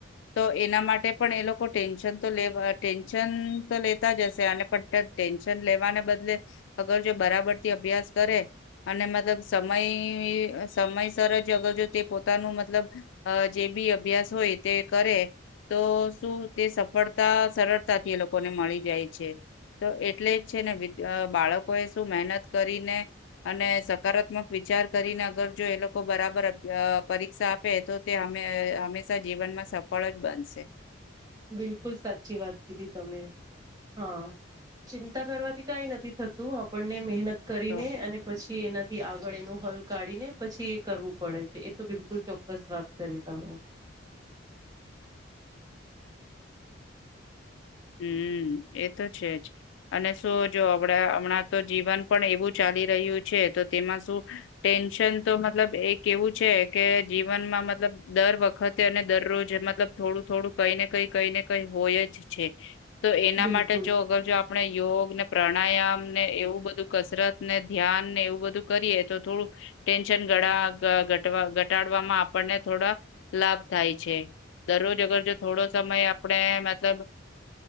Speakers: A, on the left (about 70°); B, on the right (about 20°).
A: તો એના માટે પણ એ લોકો ટેન્શન તો લે ટેન્શન તો લેતા જ હશે પ ટેન્શન લેવાને બદલે અગર જો બરાબરથી અભ્યાસ કરે અને મતલબ સમય સમયસર જ અગર જો તે પોતાનું મતલબ જે બી અભ્યાસ હોય તે કરે તો શું તે સફળતા સરળતાથી એ લોકોને મળી જાય છે તો એટલે જ છે ને બાળકો એ શું મહેનત કરીને અને સકારાત્મક વિચાર કરીને અગર જો એ લોકો બરાબર પરીક્ષા આપે તો તે હંમેશા જીવનમાં સફળ જ બનશે
B: બિલકુલ સાચી વાત કીધી તમે હા ચિંતા કરવાથી કઈ નથી થતું આપણને મહેનત કરીને
A: તો
B: અને પછી એના થી આગળ એનું હલ કાઢી ને પછી એ કરવું પડે છે એ તો બિલકુલ ચોક્કસ વાત કરી તમે <inaudible> <unintelligible>
A: હમ એ તો છે જ અને શું જો હમણાં હમણાં તો જીવન પણ એવું ચાલ રહ છે તો તેમાં શું ટેન્શન તો મતલબ એ કેવું છે કે જીવનમાં મતલબ દર વખતે અને દરરોજ મતલબ થોડું થોડું કઈ ને કઈ કઈને કઈ હોય જ તો એના
B: બિલકુલ
A: માટે જો અગર જો આપ આપણે યોગ ને પ્રાણાયામ ને એવું બધું કસરત ને ધ્યાન ને એવું બધું કરીએ તો થોડુંક ટેન્શન ઘટાડવામાં આપણને થોડા લાભ થાય છે. દરરોજ અગર જો થોડો સમય આપણેે મતલબ અ